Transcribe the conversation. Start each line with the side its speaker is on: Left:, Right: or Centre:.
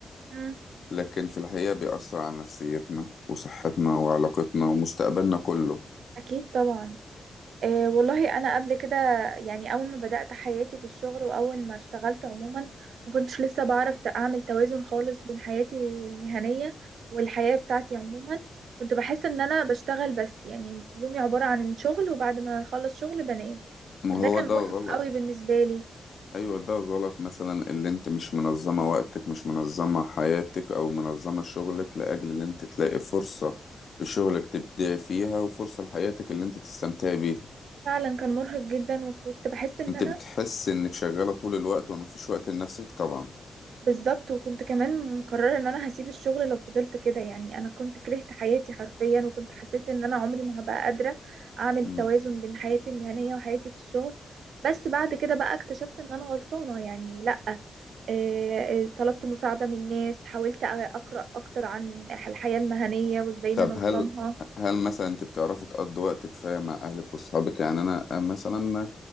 Right: مم.
Left: لكن في الحقيقة بيأثر على نفسيتنا وصحتنا وعلاقتنا ومستقبلنا كله
Right: اكيد طبعا إيه والله انا قبل كده يعني اول ما بدأت حياتي في الشغل واول ما اشتغلت عموما ما كنتش لسه بعرف ت- اعمل توازن خالص بين حياتي المهنية والحياة بتاعتي عموما كنت بحس ان انا بشتغل بس يعني يومي عبارة عن شغل وبعد ما اخلص شغل بنام
Left: ما
Right: فده
Left: هو
Right: كان
Left: ده
Right: مرهق
Left: غلط
Right: قوي بالنسبة لي
Left: ايوه ده غلط مثلا اللي انت مش منظمة وقتك مش منظمة حياتك او منظمة شغلك لاجل ان انت تلاقي فرصة لشغلك تبدعي فيها وفرصة لحياتك اللي انت تستمتعي بيها
Right: فعلا كان مرهق جدا وكنت بحس ان
Left: انت
Right: انا
Left: بتحس انك شغالة طول الوقت ومفيش وقت لنفسك طبعا
Right: بالظبط وكنت كمان مقررة ان انا هسيب الشغل لو فضلت كده يعني انا كنت كرهت حياتي حرفيا وكنت حسيت ان انا عمري ما هبقى قادرة اعمل
Left: مم.
Right: توازن بين حياتي المهنية وحياتي في الشغل بس بعد كده بقى اكتشفت ان انا غلطانة يعني لا آه، آه، طلبت مساعدة من ناس حاولت أ- اقرأ اكتر عن الحياة المهنية وازاي ننظمها
Left: طب هل هل مثلا انت بتعرفي تقضي وقتك فيها مع اهلك واصحابك يعني انا مثلا